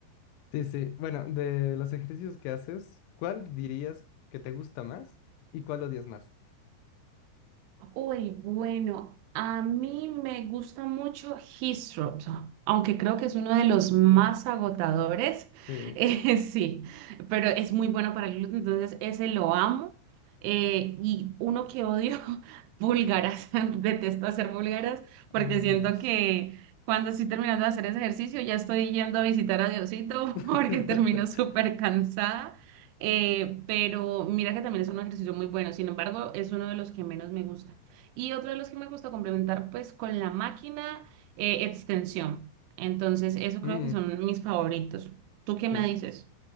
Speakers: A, on the left (about 80°); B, on the right (about 85°).
A: Sí, sí. Bueno, de los ejercicios que haces, ¿cuál dirías que te gusta más y cuál odias más?
B: Uy, bueno, a mí me gusta mucho His aunque creo que es uno de los más
A: Uy,
B: agotadores. <laughs>
A: sí.
B: Eh, sí, pero es muy bueno para el gluten, entonces ese lo amo. Eh, y uno que odio, <laughs> búlgaras. <laughs> Detesto hacer búlgaras porque
A: Ay,
B: siento
A: Dios.
B: que cuando estoy terminando de hacer ese ejercicio ya estoy yendo a visitar a Diosito
A: <laughs>
B: <laughs> porque termino súper cansada. Eh, pero mira que también es un ejercicio muy bueno, sin embargo, es uno de los que menos me gusta. Y otro de los que me gusta complementar, pues con la máquina, eh, extensión. Entonces, eso creo
A: Mm,
B: que son mis favoritos. ¿Tú qué me
A: sí.
B: dices?